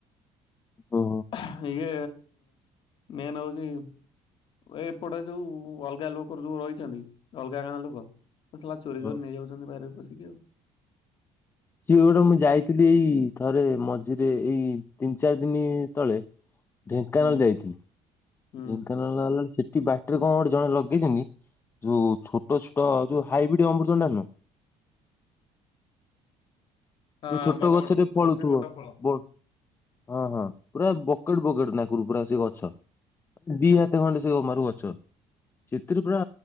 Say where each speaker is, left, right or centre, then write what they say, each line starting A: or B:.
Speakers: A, on the left; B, on the left.
A: ଓହୋ
B: ହଁ ଇଏ ମେନ୍ ହଉଛି ଏ ଏପଟେ ଯୋଉ ଅଲଗା ଲୋକର ଯୋଉ ରହିଛନ୍ତି ଅଲଗା ଗାଁ ଲୋକ ଲା ଚୋରି
A: ହଁ।
B: କରି ନେଇଯାଉଛନ୍ତି ବାରିରେ ପସିକି ଆଉ
A: ସିଏ ଗୋଟେ ମୁଁ ଯାଇଥିଲି ଏଇ ଥରେ ମଝିରେ ଏଇ ତିନି ଚାରି ଦିନି ତଳେ ଢେଙ୍କାନାଳ
B: ହୁଁ
A: ଯାଇଥିଲି
B: ହୁଁ
A: ଢେଙ୍କାନାଳ ନଲା ସେଠି ବାଟରରେ କଣ ଗୋଟେ ଜଣେ ଲଗେଇଛନ୍ତି ଯୋଉ ଛୋଟ ଛୋଟ ଯୋଉ ହାଇବ୍ରିଡ଼ି ଅମୃତଭଣ୍ଡା ନୁହ
B: ହଁ
A: ଯୋଉ ଛୋଟ
B: ବଡ
A: ଗଛରେ
B: ବଡ ଛୋଟ
A: ଫଳୁଥିବ
B: ବଡ ଫଳ
A: ବ ହଁ ହଁ ପୁରା ବକେଟ ବକେଟ ନା କର ପୁରା ସେ ଗଛ ଦି ହାତ ଖଣ୍ଡେ ସେ ଜମାରୁ ଗଛ ସେଥିରେ ପୁରା